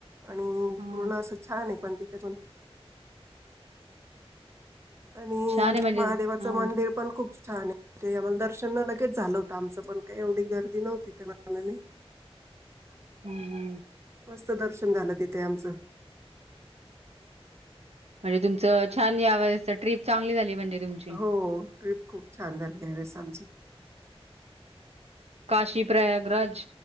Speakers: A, on the right (about 25°); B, on the right (about 80°).
A: आणि
B: हा.
A: पूर्ण अस छान आहे पण तिथून आणि
B: छान आहे म्हणजे
A: महादेवाचं
B: हा हा
A: मंदिर पण खूप छान आहे ते आम्हाला दर्शन लगेच झालं होतं आमचं पण काही एवढी गर्दी नव्हती त्या मानाने
B: हा.
A: मस्त दर्शन झालं तिथे आमचं
B: म्हणजे तुमचं छान या वेळेस ट्रिप चांगली झाली म्हणजे तुमची
A: हो ट्रिप खूप छान झाली रे या वेळेस आमची.
B: काशी, प्रयागराज,